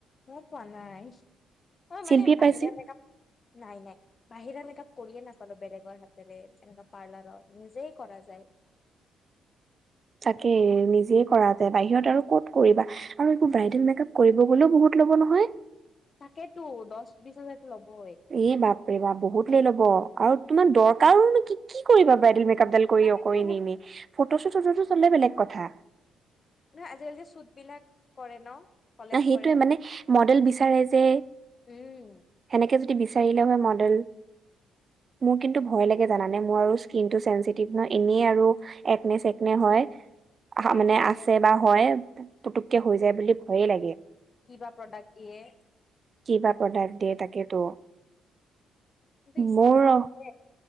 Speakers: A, on the left; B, on the right.
A: মও পোৱা নাই, অ
B: শিল্পীয়ে
A: মানে বাহিৰা
B: পাইছিল
A: মেক‌আপ, নাই নাই। বাহিৰা মেকআপ কৰিয়ে নাপালো বেলেগৰ হাতেৰে এনেকা পাৰ্লাৰত নিজে কৰা যায়।
B: তাকেই নিজে কৰা যায় বাহিৰত আৰু ক'ত কৰিবা? আৰু এইবোৰ ব্ৰাইডেল মেক আপ কৰিব গ'লেও বহুত ল'ব নহয়।
A: তাকেইতো দহ-বিশ হাজাৰতো ল'বই।
B: এ বাপৰে বাপ বহুত লৈ ল'ব, আৰু তোমাৰ দৰকাৰো ন কি কি কৰিবা ব্ৰাইডেল মেকআপ ডাল কৰি
A: তাকেতো
B: অ কৰি নি নি ফটোচুট-চটোচুট হ'লে বেলেগ কথা।
A: না আজিকালি চুট বিলাক কৰে ন কলেপ
B: ন সেইটোৱে
A: কৰে।
B: মানে মডেল বিচাৰে যে
A: উম।
B: সেনেকে যদি বিচাৰিলে হয় মডেল। মোৰ কিন্তু ভয় লাগে জানা নে, মোৰ আৰু স্কিনটো চেনচেটিভ ন এনেই আৰু একনে-চেকনে হয়। আ
A: তাকে
B: মানে আছে বা হয় পতুকে হৈ যায় বুলি ভয়ে লাগে।
A: কিবা প্ৰডাক্ট দিয়ে।
B: কিবা প্ৰডাক্ট দিয়ে তাকে তো,
A: কিন্তু ইচ্ছা
B: মোৰ
A: এটা আছে।